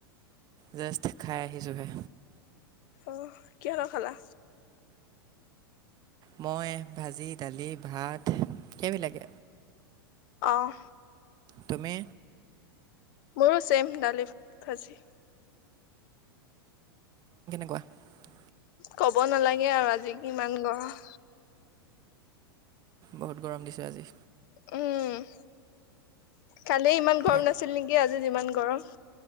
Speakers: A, on the right; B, on the left.
A: জষ্ট খাই আহিচুহে
B: অহ, কিহৰে খালা।
A: মই ভাজি দালি ভাত সেইবিলাকে,
B: অহ।
A: তুমি
B: মোৰো চেইম দালি ভাজি।
A: কাহ। <inaudible>
B: কব নালাগে আৰু আজি কিমান গৰম।
A: বহুত গৰম দিছে আজি।
B: উম, কালি ইমান
A: ঠাইত
B: গৰম নাছিল নেকি? আজি যিমান গৰম।